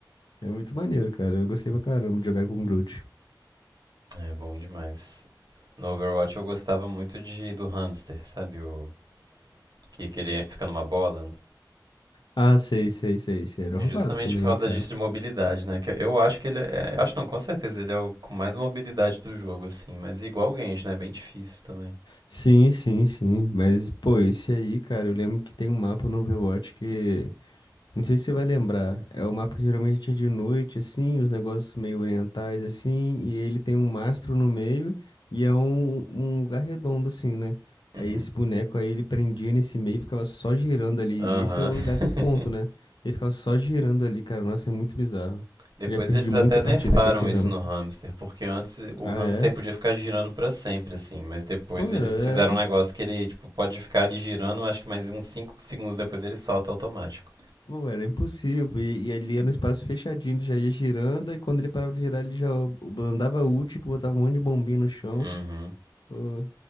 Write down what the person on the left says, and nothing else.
É muito maneiro, cara. Eu gostei pra caramba de jogar com o Groot.
Ah, sei, sei, sei, sei. Era
roubado também,
cara.
Sim, sim, sim. Mas, pô, esse aí, cara, eu lembro que tem um mapa no Overwatch que. Não sei se você vai lembrar. É o mapa que geralmente é de noite, assim, os negócios meio orientais, assim, e ele tem um mastro no meio e é um, um lugar redondo, assim, né?
Aí esse boneco aí ele prendia nesse meio e ficava só girando ali. E
esse é o lugar do
ponto, né? Ele ficava só girando ali, cara. Nossa, é muito bizarro.
Já perdi
muita
partida
pra esse hamster.
Ah,
é?
Pô, era,
é.
Pô, era impossível. E, e ali era um espaço fechadinho, ele já ia girando, e quando ele parava de girar, ele já o- o- andava ult, que botava um monte de bombinha no chão.
Uh,